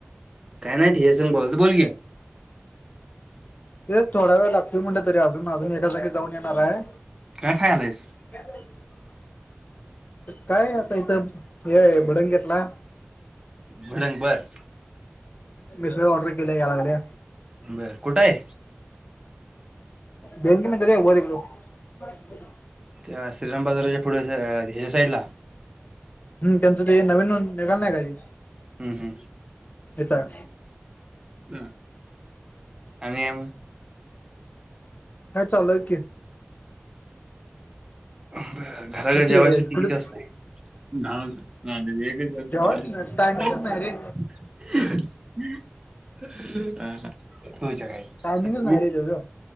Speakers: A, on the right; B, on the left.
A: काय नाही तेथ हे स बोलत बोल घे
B: तेच थोडा वेळ लागतय म्हणटलं तरी अजून अजून एका जागी जाऊन येणार आहे
A: काय खाय आलायस
B: का काय आता इथं हे बडंगेतला
A: बलांग बर
B: मी स ऑर्डर केल्या या लागडे
A: बरं कुठं आहे
B: बंग म तर बतलो हो
A: त्या श्रीराम बाजाराच्या पुढ ह्याच्या साईड ला
B: हम् त्यांचं का नवीन निघाल नाही काी
A: हम् हम्
B: येतय
A: ह आणि आ
B: काा चाल आहे क
A: घराघर
B: मग
A: जेवायसाठी
B: ते कुठे
A: <unintelligible> असतय <unintelligible>
B: जेव्हा टायमिंगच नाही रे टायमिंगच
A: ह
B: नाही रे त्याचं